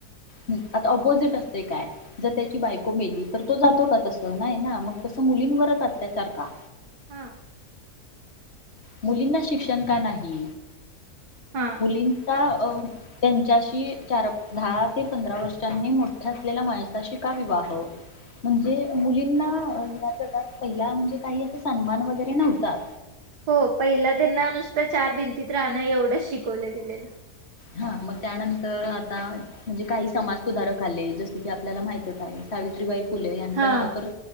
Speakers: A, on the left; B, on the right.
A: हं आता ऑपोजिट काय, जर त्याची बायको मेली तर तो जातो का तस? नाही ना? मग तसं मुलींवरच अत्याचार का?
B: हा
A: मुलींना शिक शंका नाही
B: हा
A: मुलींचा त्यांन च्याशी चार-दहा ते पंधरा वर्षांनी मोठ्या असलेल्या माणसाशी का विवाह? म्हणजे मुलींना या जगात पहिला म्हणजे काही असं सन्मान वगैरे नव्हता
B: हो पहिला त्यांना नुसतं चार भिंतीत राहणं एवढंच शिकवलं गेलेलं
A: हा मग त्यानंतर आता म्हणजे काही समाज सुधारक आले जस की आपल्याला माहितच आहे सावित्रीबाई फुले यांचं
B: हा
A: नाव तर